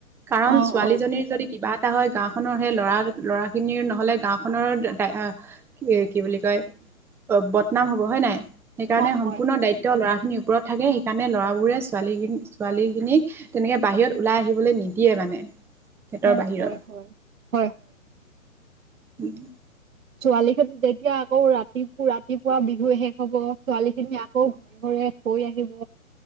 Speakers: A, in the centre; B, on the right.
A: কাৰণ
B: অ
A: ছোৱালীজনীৰ
B: অ
A: যদি কিবা এটা হয় গাঁওখনৰ সেই ল'ৰা-ল'ৰাখিনিৰ নহ'লে গাওঁখনৰ এ-দা এ কি বুলি কয়, বদনাম হ'ব হয় নাই? সেইকাৰণে
B: অ
A: সম্পূৰ্ণ
B: হয় হয়
A: দায়িত্ব ত ল'ৰাখিনিৰ ওপৰত থাকে, সেইকাৰণে ল'ৰাবোৰে ছোৱালীখি-ছোৱালীখিনিক তেনেকে বাহিৰত ওলাই আহিবলে নিদিয়ে মানে। সিহঁতৰ
B: অ',
A: বাহিৰত
B: হয়, হয়, হয়।
A: <unintelligible>
B: ছোৱালীখিনি যেতিয়া আকৌ ৰাতি-ৰাতিপুৱা বিহু শেষ হ'ব, ছোৱালীখিনি আকৌ <unintelligible> আহিব।